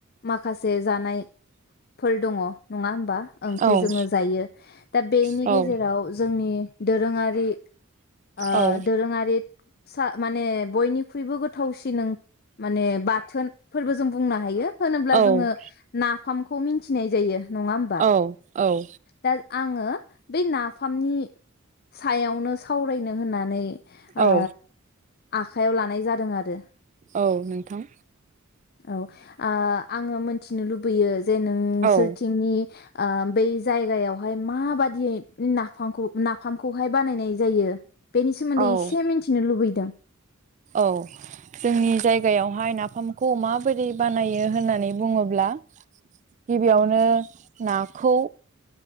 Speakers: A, on the left (about 45°); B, on the right (about 35°).
A: माखासे जानायफोर दङ नङा होमबा ओंख्रि
B: औ
A: जोङो जायो दा बेनि
B: औ
A: गेजेराव जोंनि दोरोङारि ओ
B: औ
A: दोरोङारि सा माने बयनिख्रुइबो गोथावसिन ओं माने बाथोन फोरबो जों बुंनो हायो होनोब्ला
B: औ
A: जोङो ना फामखौ मोनथिनाय जायो नङा होमबा
B: औ औ
A: दा आङो बे नाफामनि सायावनो सावरायनो होननानै आ
B: औ
A: आखायाव लानाय जादों आरो
B: औ नोंथां
A: औ आ आङो मोनथिनो लुबैयो जे नों
B: औ
A: सोरथिंनि आ बै जायगायाव बेवहाय माबादि दियै नाफामखौ नाफामखौहाय बानायनाय जायो बेनि सोमोन्दै
B: औ
A: एसे मिन्थिनो लुबैदों
B: औ जोंनि जायगायावहाय नाफामखौ माबादि बानायो होननानै बुङोब्ला गिबियावनो नाखौ